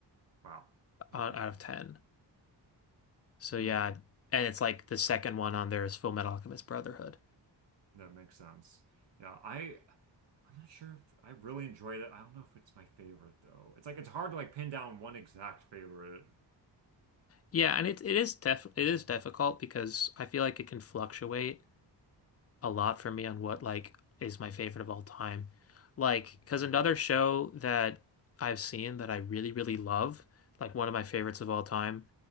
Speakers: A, on the right; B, on the left.
A: Wow. Okay.
B: on, out of 10. So
A: Hmm.
B: yeah, and it's like the second one on there is Full Metal Alchemist Brotherhood.
A: That makes sense. Yeah, I I'm not sure if I really enjoyed it. I don't know if it's my favorite though. It's like it's hard to like pin down one exact favorite.
B: Yeah, and it it is def it is difficult because I feel like it can fluctuate a lot for me on what like is my favorite of all time. Like, because another show that I've seen that I really, really love, like one of my favorites of all time,